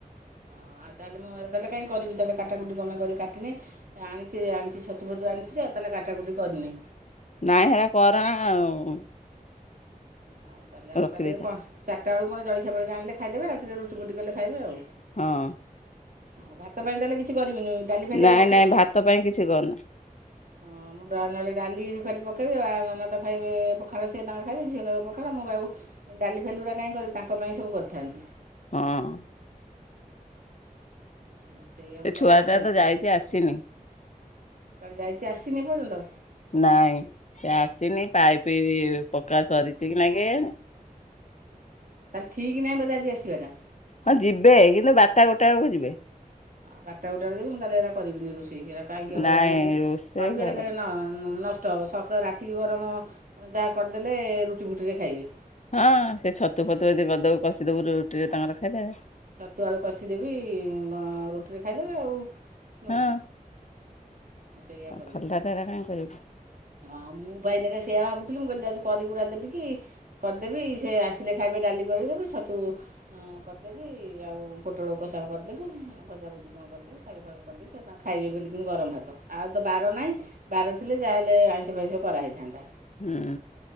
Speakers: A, on the right (about 65°); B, on the left (about 50°).
A: ହ, ଆଉ ତାହେଲେ ମୁଁ ଏରା କାହିଁ କରିବି? ତାହେଲେ କାଟାକୁୁଟି କରନା କରି, କାଟିିନେଇ। ଆଣିଛି, ଆଣିଛି, ଛତୁ ଫତୁ ଆଣିଛି ଯେ, ତାହେଲେ କାଟାକୁଟି କରିନେଇ।
B: ନାଇଁ, ସେ ଗୁରା କରନା ଆଉ।
A: ହଉ ତାହେଲେ ଆଉ
B: ରଖିଦେଇଥା
A: ତାଲେ କଣ, ଚାରଟାଳୁ କଣ ଜଳଖିଆ ଫଳଖିଆ ଆଣିଲେ ଖାଇଦେବେ, ରାତିରେ ରୁଟି ଫୁଟି କଲେ ଖାଇବେ ଆଉ।
B: ହଁ।
A: ହଉ, ଭାତ ପାଇଁ ତାହେଲେ କିଛି କରିବିନି। ଡାଲି ଫାଲି
B: ନାଇଁ,
A: ଆଉ
B: ନାଇଁ, ଭାତ ପାଇଁ କିଛି କରନା।
A: ହଁ। ହଁ, ମୁଁ ତାହେଲେ ନହେଲେ ଡାଲି ଫାଲି ପକେଇବି। ଆ ନନା ତ ଖାଇବେ ପଖାଳ, ସିଏ ତାଙ୍କର ଖାଇବେ। ଝିଅ ତ ପଖାଳ, ମୁଁ ଆଉ ଡାଲି ଫାଲି ଗୁରା କାହିଁ କରିବୁ, ତାଙ୍କ ପାଇଁ ସବୁ କରିଥାନ୍ତି।
B: ହଁ।
A: ଆଉ ସେଇଆ ମୁଁ
B: ସେ ଛୁଆଟା
A: ତାକୁ ପଚାର
B: ତ ଯାଇଛି, ଆସିନି।
A: କୁଆଡ଼େ ଯାଇଛି, ଆସିନି ଏପର୍ଯ୍ୟନ୍ତ?
B: ନାଇଁ, ସେ ଆସିନି, ପାଇପି-ଇ ପକା ସରିଛି କି ନାଇଁ କେଜାଣି?
A: ତାହେଲେ ଠିକ୍ ନାହିଁ ବୋଧେ, ଆଜି ଆସିବାଟା?
B: ହଁ, ଯିବେ। କିନ୍ତୁ ବାରଟା, ଗୋଟେ ବେଳକୁ ଯିବେ।
A: ଆ, ବାରଟା ଗୋଟାଳୁ, ମୁଁ ତାହେଲେ ଏରା କରିବିନି ରୋଷେଇ। ଠିକ୍ ହେରା, କାହିଁକି
B: ନାଇଁ
A: ହଇରାଣ ହେଇକି
B: ରୋଷେଇ
A: କରିବି?
B: କରନି
A: ଏରା ଫେରେ ନ-ଅ ନସ ନଷ୍ଟ ହବ। ସକାଳ ରାତି ବରଂ ଯାହା କରିଦେଲେ, ରୁଟି ଫୁଟିରେ ଖାଇବେ।
B: ହଁ, ସେ ଛତୁ ଫତୁ ଯଦି କରଦବୁ,
A: ହୁଁ
B: କଷିଦବୁ, ରୁଟିରେ
A: ହଁ
B: ତାଙ୍କର ଖାଇଦେବେ।
A: ଛତୁ, ଆଳୁ କଷିଦେବି, ରୁଟିରେ ଖାଇଦେବେ ଆଉ। ନୁହେଁ
B: ହଁ
A: କି ହଁ ସେଇଆ କରିବି
B: ଖଣ୍ଡା ତାରା କାହିଁ କରିବୁ।
A: ହଁ ମୁଁ ପା ଏଇନାକେ ସେଇଆ ଭାବୁଥିଲି ମୁଁ କହିଲି ଯାଉଛି କରିିକୁରା ଦେବି କି? କରିଦେବି ସେ ଆସିଲେ ଖାଇବେ ଡାଲି କରିବୁ କି ଛତୁ କରିଦେବି ଆଉ ପୋଟଳ କଷା କରିଦେବି ଆଉ ଭଜାଭୁଜି କଣ କରିଦେବି ତାକୁ କରିଦେବି ସେ ତାଙ୍କୁ ଖାଇବେ ବୋଲିକିନି ଗରମ ଭାତ ଆଉ ତ ବାର ନାହିଁ। ବାର ଥିଲେ ଯାହାହେଲେ ଆଇଁଷ ଫାଇଁଷ କରାହେଇଥାନ୍ତା।
B: ହୁଁ